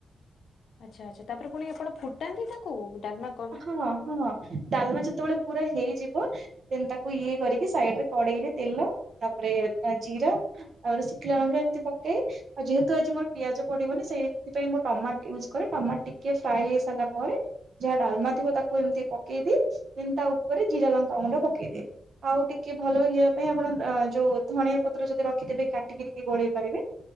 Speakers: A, on the left; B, on the right.
A: ଆଚ୍ଛା ଆଚ୍ଛା ତାପରେ ପୁଣି ଆପଣ ଫୁଟାନ୍ତି ତାକୁ ଡାଲ୍ମା କୁ?
B: ହଁ -ହଁ ଡାଲମା ଯେତେବେଳେ ପୁରା ହେଇଯିବ ଦେନ୍ ତାକୁ ଇଏ କରିକି ସାଇଡ୍ ରେ କଡେଇରେ ତେଲ ତାପରେ ଜିରା ତାପରେ ଶୁଖିଲା ଲଙ୍କା ଏମିତି ପକେଇ ଆଉ ଯେହେତୁ ଆଜି ମୋର ପିଆଜ ପଡିବନି ସେଇଥିପାଇଁ ମୁଁ ଟମାଟ୍ ୟୁଜ୍ କରେ ଟମାଟ୍ ଟିକେ ଫ୍ରାଏ ହେଇ ସାରିଲା ପରେ ଯାହା ଡାଲମା ଥିବ ତାକୁ ଏମିତି ପକେଇଦିଏ ଦେନ୍ ତା ଉପରେ ଜିରା ଲଙ୍କା ଗୁଣ୍ଡ ପକେଇଦିଏ। ଆଉ ଟିକେ ଭଲ ଇଏ ହବା ପାଇଁ ଆପଣ ଯୋଉ ଧଣିଆ ପତ୍ର ଯଦି ରଖିଥିବେ କାଟିକି ଟିକେ ଗୋଳେଇ ପାରିବେ।